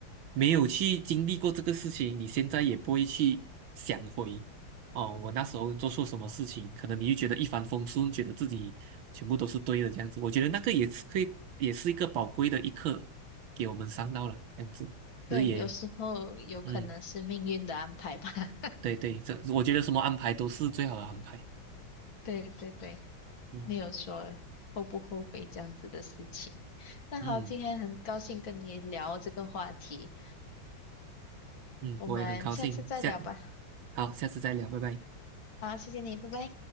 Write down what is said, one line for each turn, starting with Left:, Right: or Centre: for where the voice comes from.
Right: 没有去经历过这个事情，你现在也不会去想回，哦，我那时候做错什么事情，可能你就觉得一帆风顺，觉得自己全部都是对的这样子。我觉得那个也是可以，也是一个宝贵的一课，给我们上到了这样子。可是也，
Left: 对，有时候有可能是命运的安排吧。
Right: 嗯，
Left: <laughs>
Right: 对对，这我觉得什么安排都是最好的安排。
Left: 对对对，
Right: 嗯
Left: 没有说后不后悔这样子的事情。那好，
Right: 嗯
Left: 今天很高兴跟你聊这个话题，
Right: 嗯，
Left: 我们下次再聊吧。
Right: 我也很高兴，下，好，下次再聊，拜拜。
Left: 好，谢谢你，拜拜。